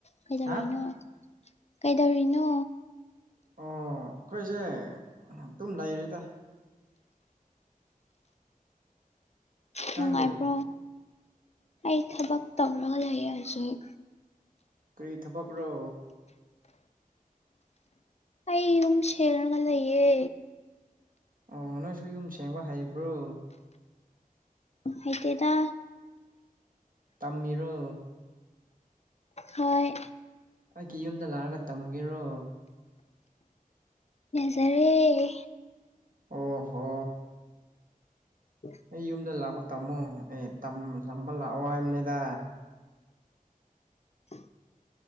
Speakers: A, on the left; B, on the right.
A: ꯀꯩꯗꯧꯔꯤꯅꯣ
B: ꯍꯥ
A: ꯀꯩꯗꯧꯔꯤꯅꯣ
B: ꯑꯣ ꯑꯩꯈꯣꯏꯁꯦ ꯑꯗꯨꯝ ꯂꯩꯔꯤꯗ ꯅꯪꯗꯤ
A: ꯅꯨꯡꯉꯥꯏꯕ꯭ꯔꯣ ꯑꯩ ꯊꯕꯛ ꯇꯧꯔꯒ ꯂꯩ ꯍꯧꯖꯤꯛ
B: ꯀꯔꯤ ꯊꯕꯛꯔꯣ
A: ꯑꯩ ꯌꯨꯝ ꯁꯦꯡꯔꯒ ꯂꯩꯌꯦ
B: ꯑꯣ ꯅꯣꯏꯁꯨ ꯌꯨꯝ ꯁꯦꯡꯕ ꯍꯩꯕ꯭ꯔꯣ
A: ꯍꯩꯇ‌ꯦꯗꯥ
B: ꯇꯝꯃꯤꯔꯣ
A: ꯍꯣꯏ
B: ꯑꯩꯒꯤ ꯌꯨꯝꯗ ꯂꯥꯛꯑꯒ ꯇꯝꯒꯦꯔꯣ
A: ꯌꯖꯥꯔ‌ꯦ
B: ꯑꯣꯍꯣ
A: ꯎ <unintelligible>
B: ꯑꯩ ꯌꯨꯝꯗ ꯂꯥꯛꯄ ꯇꯝꯃꯣ ꯑꯦ ꯇꯝꯕ ꯂꯥꯛꯑꯣ ꯍꯥꯏꯕꯅꯤꯗ
A: ꯎ